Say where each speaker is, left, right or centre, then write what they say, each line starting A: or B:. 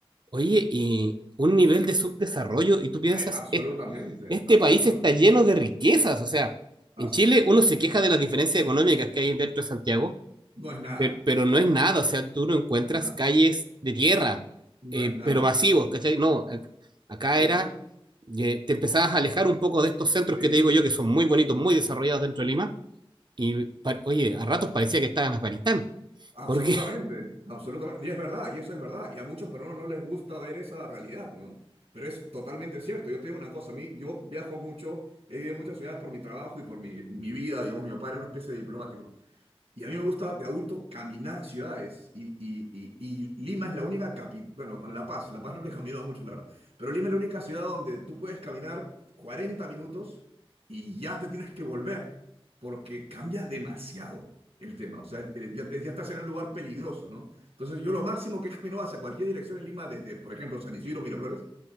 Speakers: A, on the right; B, on the right.
A: oye, y un nivel de subdesarrollo, y tú piensas,
B: Ay, Absolutamente,
A: es- este
B: absolutamente.
A: país está lleno de riquezas, o sea,
B: Así
A: en Chile
B: es.
A: uno se queja de las diferencias económicas que hay dentro de Santiago,
B: No es nada,
A: per- pero, no es nada, o sea, tú no encuentras
B: no es nada,
A: calles de tierra,
B: no
A: eh,
B: es nada.
A: pero masivos, ¿cachai? No, ac- acá
B: Sí,
A: era,
B: sí,
A: eh, te empezabas a alejar un poco de estos centros
B: sí.
A: que te digo yo, que son muy bonitos, muy desarrollados dentro de Lima y pa- oye, a ratos parecía que estaba en Afganistán.
B: Absolutamente,
A: Porque
B: absolutamente. Y es verdad, y eso es verdad. Y a muchos peruanos no les gusta ver esa realidad, ¿no? Pero es totalmente cierto. Yo te digo una cosa, a mí, yo viajo mucho, he vivido en muchas ciudades por mi trabajo y por mi, mi vida, digamos, mi papá era una especie de diplomático. Y a mí me gusta de adulto caminar ciudades. Y, y- y- y Lima es la única capital, bueno, con La Paz, La Paz no le he caminado mucho, la verdad. Pero Lima es la única ciudad donde tú puedes caminar 40 minutos y ya te tienes que volver, porque cambia demasiado el tema. O sea, el- el- ya, te- ya estás en un lugar peligroso, ¿no? Entonces yo lo máximo que he caminado hacia cualquier dirección en Lima, desde, por ejemplo, San Isidro, Miraflores,